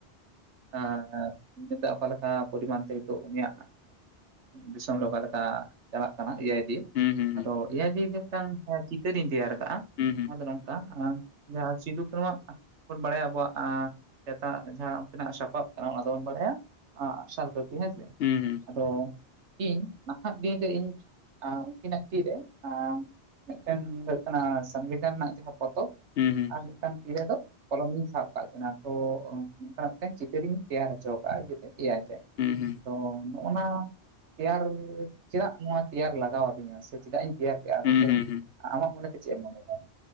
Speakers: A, on the right; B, on the left.
A: ᱟᱸ ᱟᱸ ᱱᱤᱛᱚᱜ ᱚᱠᱟ ᱞᱮᱠᱟ ᱯᱚᱨᱤᱢᱟᱱᱛᱮ ᱦᱤᱛᱳᱜ ᱩᱱᱤᱭᱟᱜ ᱫᱤᱥᱚᱢ ᱨᱮ ᱚᱠᱟ ᱞᱮᱠᱟ ᱪᱟᱞᱟᱜ ᱠᱟᱱᱟ ᱮᱭᱟᱭᱼᱼ
B: ᱦᱩᱸ ᱦᱩᱸ
A: ᱟᱫᱚ ᱮᱟᱭ ᱫᱤᱭᱮ ᱢᱤᱫᱴᱟᱝ ᱪᱤᱛᱟᱹᱨᱤᱧ ᱛᱮᱭᱟᱨ ᱟᱠᱟᱜᱼᱟ᱾
B: ᱦᱩᱸ ᱦᱩ,
A: ᱚᱱᱟ ᱫᱚ ᱱᱚᱝᱠᱟ ᱡᱟᱦᱟᱸ ᱥᱤᱫᱩ ᱠᱟ. ᱱᱦᱩ ᱱᱩᱣᱟᱜᱼᱼ ᱵᱚᱱ ᱵᱟᱲᱟᱭᱟ ᱟᱵᱚᱣᱟᱜ ᱱᱮᱛᱟᱜ ᱡᱟᱦᱟᱸ ᱩᱱᱠᱤᱱᱟᱜ ᱥᱟᱯᱟᱵ ᱠᱟᱱᱟ ᱚᱱᱟ ᱫᱚᱵᱚᱱ ᱵᱟᱲᱟᱭᱟ, ᱟᱜ ᱥᱟᱨ ᱠᱟ. ᱯᱤ ᱦᱮᱸ ᱥᱮᱼᱼ
B: ᱦᱩᱸ ᱦᱩᱸ᱾
A: ᱟᱫᱚ ᱤᱧ ᱱᱟᱦᱟᱜ ᱫᱤᱱᱛᱮ ᱤᱧ ᱩᱱᱠᱤᱱᱟᱜ ᱛᱤᱨᱮ ᱟᱸ ᱢᱤᱫᱴᱮᱱ ᱦᱩᱭᱩᱜ ᱠᱟᱱᱟ ᱥᱚᱝᱵᱤᱫᱷᱟᱱ ᱨᱮᱱᱟᱜ ᱡᱟᱦᱟᱸ ᱯᱚᱛᱚᱵ
B: ᱦᱩᱸ
A: ᱟᱨ ᱢᱤᱫᱴᱟᱝ ᱛᱤᱨᱟᱹ ᱫᱚᱼᱼ ᱠᱚᱞᱚᱢ ᱤᱧ ᱥᱟᱵ ᱠᱟᱜ ᱠᱤᱱᱟ ᱛᱚ ᱱᱚᱝᱠᱟᱱᱟᱜ ᱢᱤᱫᱴᱮᱱ ᱪᱤᱛᱟᱹᱨᱤᱧ ᱛᱮᱭᱟᱨ ᱦᱚᱪᱚ ᱠᱟᱜᱼᱟ ᱤᱭᱟᱹ ᱛᱮ ᱮᱭᱟᱭ ᱛᱮ
B: ᱦᱩᱸ ᱦᱩᱸ
A: ᱛᱚ ᱱᱚᱜᱼ ᱱᱚᱭᱟ ᱛᱮᱭᱟᱨ ᱪᱮᱫᱟᱜ ᱱᱚᱣᱟ ᱛᱮᱭᱟᱨ ᱞᱟᱜᱟᱣ ᱟᱫᱤᱧᱟ? ᱥᱮ ᱪᱮᱫᱟᱜ ᱤᱧ ᱛᱮᱭᱟᱨ ᱠᱮᱜ-ᱟ ᱜᱚᱢᱠᱮ
B: ᱦᱩᱸ ᱦᱩᱸ ᱦᱩᱸ
A: ᱟᱢᱟᱜ ᱢᱚᱱᱮᱛᱮ ᱪᱮᱫ ᱮᱢ ᱢᱚᱱᱮᱭᱮᱫᱟ?